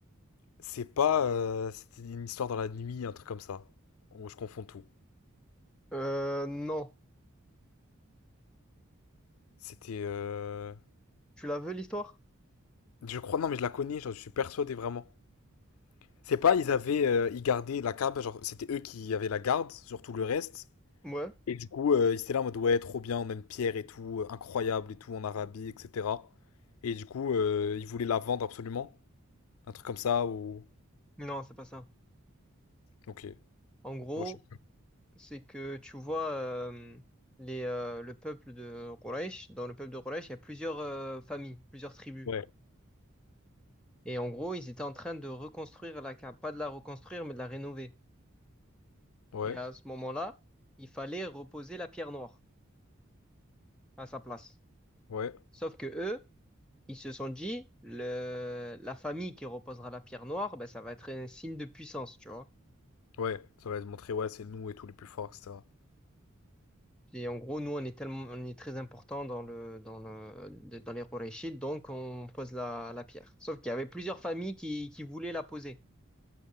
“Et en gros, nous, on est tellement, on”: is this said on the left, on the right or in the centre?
Centre